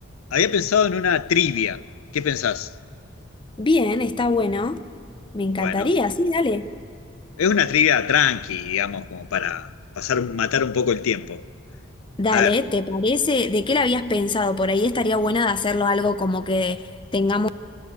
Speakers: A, on the left; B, on the left.
A: Había pensado en una trivia. ¿Qué pensás?
B: Bien, está bueno. Me
A: Bueno,
B: encantaría, sí, dale.
A: es una trivia tranqui, digamos, como para pasar, matar un poco el tiempo.
B: Dale,
A: A ver,
B: ¿te parece? ¿De qué la habías pensado? Por ahí estaría buena de hacerlo algo como que tengamos